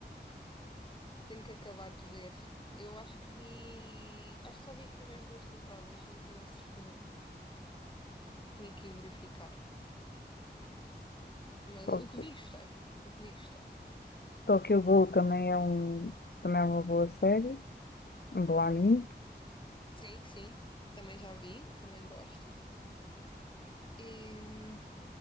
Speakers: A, on the left; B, on the left.
A: tenho que acabar de ver. Eu acho que vi. Acho que só vi as primeiras duas temporadas, não tenho a certeza. Tinha que ir verificar. Mas
B: To-
A: o que vi, gostei. O que vi, gostei.
B: Tokyo Ghoul também é um, também é uma boa série, um bom anime.
A: Sim, sim, também já vi, também gosto. E